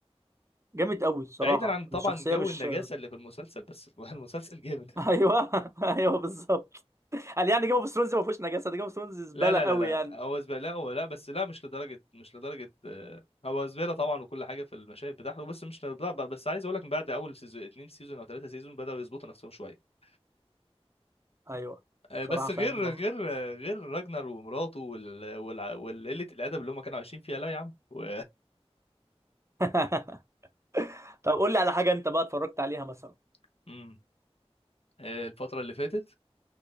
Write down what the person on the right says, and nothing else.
جامد قوي الصراحه
الشخصيه
مش
<laughs> ايوه <laughs> ايوه بالظبط قال يعني جيم اوف ثرونز ما فيهوش نجاسه ده جيم اوف ثرونز زباله
قوي
يعني
ايوه
صراحه
فعلا
اه
<laughs> طب قول لي على حاجه انت بقى اتفرجت عليها مثلا